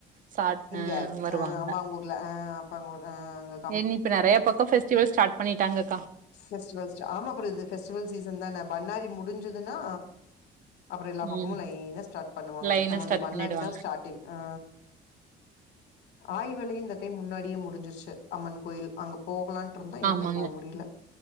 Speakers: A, on the right; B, on the left.
A: சாட்
B: இங்க
A: அ வருவாங்க.
B: ஆ அம்மாங்க ஊர்ல ஆ அப்பாங்க ஊர்ல ஆ
A: என் இப்ப நெறைய பக்க பெஸ்டிவல் ஸ்டார்ட் பண்ணிட்டாங்கக்கா
B: பெஸ்டிவல்ஸ் ஆமா அப்றோ இது பெஸ்டிவல் சீசன் தான பண்ணாரி முடிஞ்சதுன்னா அப்றோ எல்லா பக்கமு
A: ம்.
B: லைனா ஸ்டார்ட் பண்ணுவாங்க
A: லைனா
B: நம்மல்லது
A: ஸ்டார்ட்
B: பண்ணாரிதா
A: பண்ணிடுவாங்க.
B: ஸ்டார்ட்டே ஆ ஆய்வலி இந்த டைம் முன்னாடியே முடிஞ்சிருச்சு அம்மன் கோயில் அங்க போகலான்ட்டு இருந்தோ எங்க
A: ஆமாங்க.
B: போக முடில